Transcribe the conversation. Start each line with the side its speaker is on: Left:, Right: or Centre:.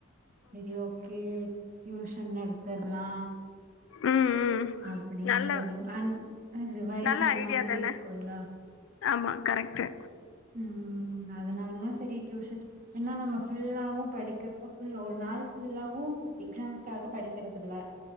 Right: செரி ஓகே டியூஷன் எடுத்தர்லா
Left: ம் ம்
Right: அப்டின்
Left: நல்ல
Right: சொல்லி அன் ரிவைஸ்
Left: நல்ல
Right: ஆன
Left: ஐடியா
Right: மாதிரி
Left: தான
Right: இருக்குல்ல
Left: ஆமா கரெக்ட்டு
Right: ம் அதனாலதா சரி டியூஷன் என்னா நம்ம ஃபுல்லாவு படிக்கப்ப ஃபுல் ஒரு நாள் ஃபுல்லாவு எக்ஸாம்ஸ்காக படிக்கிறதில்ல